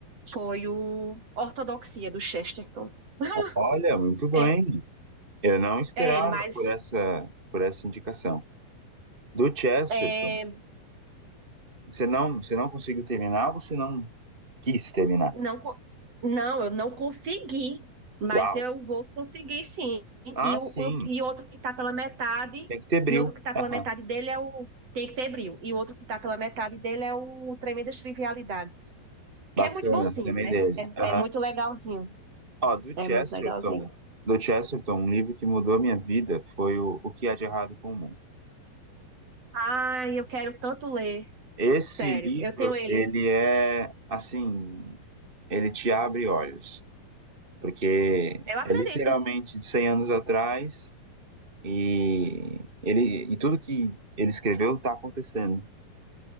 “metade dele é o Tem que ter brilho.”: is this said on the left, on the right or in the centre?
Right